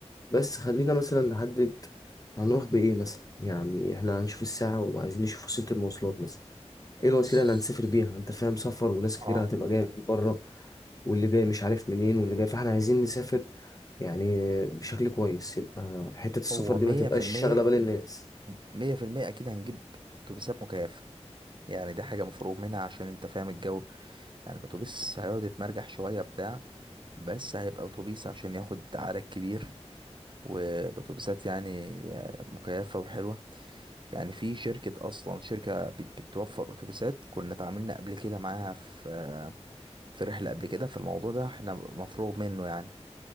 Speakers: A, on the left (about 30°); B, on the right (about 45°).
A: بس خلينا مثلا نحدد هنروح بإيه مثلا يعني إحنا هنشوف الساعة وعايزين نشوف وسيلة المواصلات مثلا إيه الوسيلة
B: بص
A: اللي هنسافر بيها أنت فاهم سفر وناس
B: اه
A: كتير هتبقى جاية من بره واللي جاي مش عارف منين واللي جاي فإحنا عايزين نسافر يعني بشكل كويس يبقى حتة السفر
B: هو
A: دي
B: مية
A: ما تبقاش
B: في المية
A: شاغلة بال الناس
B: مية في المية أكيد هنجيب أتوبيسات مكيفة يعني دي حاجة مفروغ منها عشان أنت فاهم الجو يعني الأتوبيس هيقعد يتمرجح شوية بتاع بس هيبقى أتوبيس عشان ياخد عدد كبير والأتوبيسات يعني آه، مكيفة وحلوة يعني في شركة أصلا شركة بت- بتوفر أتوبيسات كنا اتعاملنا قبل كده معاها في في رحلة قبل كده فالموضوع ده احنا مفروغ منه يعني